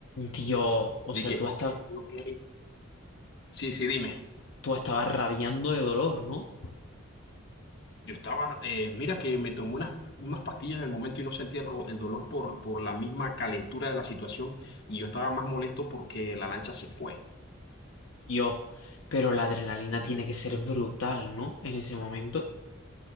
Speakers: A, on the left (about 75°); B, on the left (about 50°).
A: Dios, o
B: Y
A: sea,
B: dije,
A: tú,
B: ok,
A: esta-
B: ok, sí, sí, dime.
A: tú estabas rabiando de dolor, ¿no?
B: Yo estaba, eh, mira que me tomé unas, unas pastillas en el momento y no sentía el, ro- el dolor por, por la misma calentura de la situación y yo estaba más molesto porque la lancha se fue.
A: Dios, pero la adrenalina tiene que ser brutal, ¿no? En ese momento.